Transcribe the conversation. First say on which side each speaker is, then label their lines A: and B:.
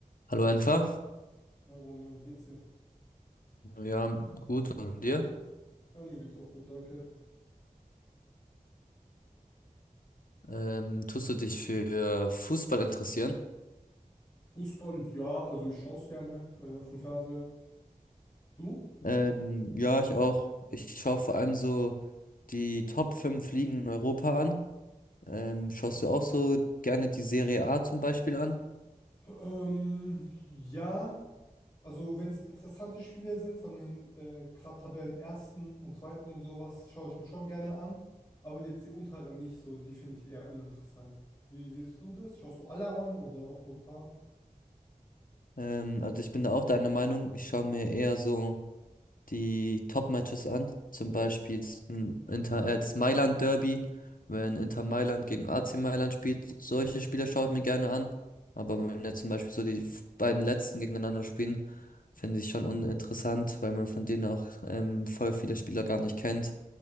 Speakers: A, on the left; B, on the left.
A: Hallo Enfer.
B: Hi Romeo, wie geht's dir?
A: Ja, gut. Und dir?
B: Ja, mir geht's auch gut, danke.
A: Ähm, tust du dich für Fußball interessieren?
B: Fußball, ja, also ich schaue es gerne äh, auf dem Fernseher. Du?
A: Ähm, ja, ich auch. Ich schaue vor allem so die Top 5 Ligen in Europa an. Ähm, schaust du auch so gerne die Serie A zum Beispiel an?
B: Ähm, ja, also wenn es interessante Spiele sind von den äh, gerade Tabellenersten und Zweiten und sowas, schaue ich mir schon gerne an. Aber jetzt die unteren nicht so, die finde ich eher uninteressant. Wie siehst du das? Schaust du alle an oder auch nur ein paar?
A: Ähm, also ich bin da auch deiner Meinung. Ich schaue mir eher so die Top-Matches an. Zum Beispiel das, m, Inter, äh, das Mailand Derby, wenn Inter Mailand gegen AC Mailand spielt. Solche Spiele schaue ich mir gerne an. Aber wenn jetzt zum Beispiel so die f- beiden letzten gegeneinander spielen, finde ich schon uninteressant, weil man von denen auch ähm, voll viele Spieler gar nicht kennt.